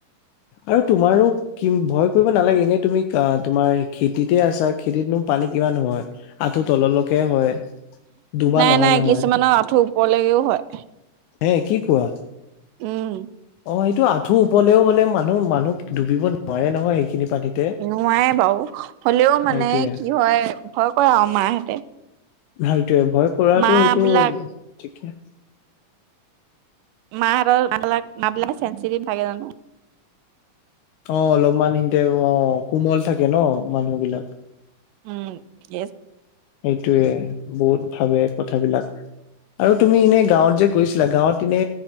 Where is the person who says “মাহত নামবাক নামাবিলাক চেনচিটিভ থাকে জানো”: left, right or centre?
Right